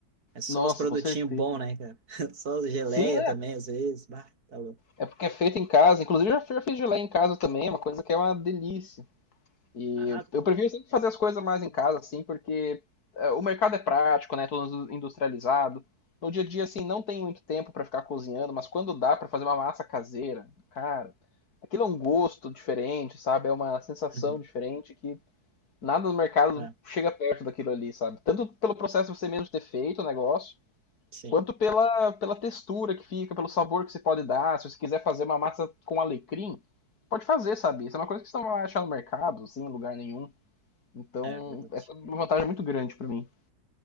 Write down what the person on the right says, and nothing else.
É só
os produtinhos
bons, né, cara? <laughs> Só as geleia
também, às vezes, bah, tá louco.
Ah,
uhum.
Ah,
sim,
é verdade.